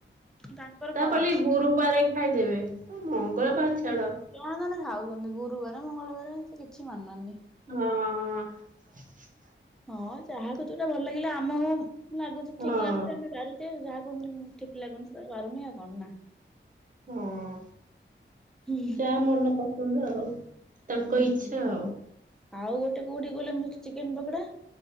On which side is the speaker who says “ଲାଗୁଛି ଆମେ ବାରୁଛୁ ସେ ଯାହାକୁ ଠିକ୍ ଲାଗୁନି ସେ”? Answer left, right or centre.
Centre